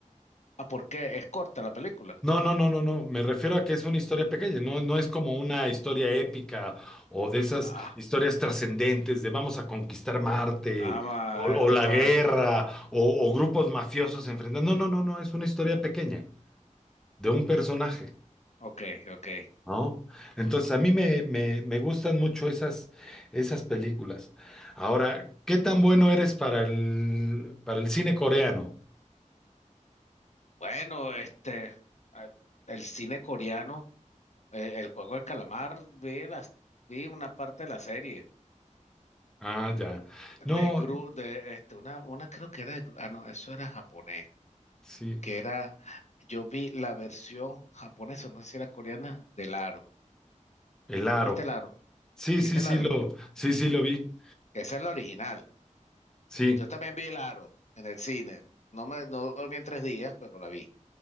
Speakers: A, on the left; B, in the centre.
A: ah, ¿por qué? Es corta la película.
B: No, no, no, no, no. Me refiero a que es una historia pequeña, no, no es como una historia épica o de esas
A: Ah,
B: historias trascendentes de vamos a conquistar Marte
A: ah, ma,
B: o, o
A: está
B: la
A: todo
B: guerra
A: eso.
B: o, o grupos mafiosos enfrentando. No, no, no, no. Es una historia pequeña de un personaje,
A: Ok, ok.
B: ¿no? Entonces a mí me, me, me gustan mucho esas, esas películas. Ahora, ¿qué tan bueno eres para el, para el cine coreano?
A: Bueno, este, ah, el cine coreano, eh, el juego del calamar, vi las, vi una parte de la serie
B: Ah, ya. No,
A: de Gru, de este, una, una creo que era de Gru- ah no, eso era japonés,
B: sí.
A: que era, yo vi la versión japonesa, no sé si era coreana, del Aro.
B: El aro.
A: ¿Tuviste el Aro?
B: Sí,
A: ¿Tuviste
B: sí,
A: el
B: sí
A: Aro?
B: lo, sí, sí lo vi.
A: Esa es la original.
B: Sí,
A: Yo también vi el Aro en el cine. No me, no dormí en tres días, pero la vi,